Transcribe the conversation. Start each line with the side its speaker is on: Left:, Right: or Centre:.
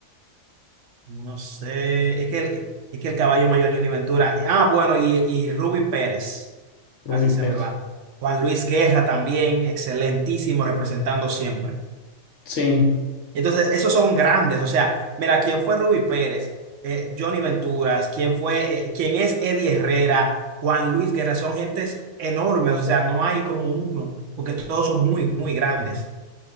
Right: no sé, es que el, es que el caballo mayor Johnny Ventura, ah, bueno, y, y Ruby Pérez.
Left: Rubí
Right: Casi se
Left: Pérez.
Right: me va. Juan Luis Guerra también, excelentísimo, representando siempre.
Left: Sí,
Right: Entonces, esos son grandes. O sea, mira, quién fue Ruby Pérez, Eh, Johnny Venturas, quién fue, eh, quién es Eddie Herrera, Juan Luis Guerra, son gentes enormes. O sea, no hay como uno, porque todos son muy, muy grandes.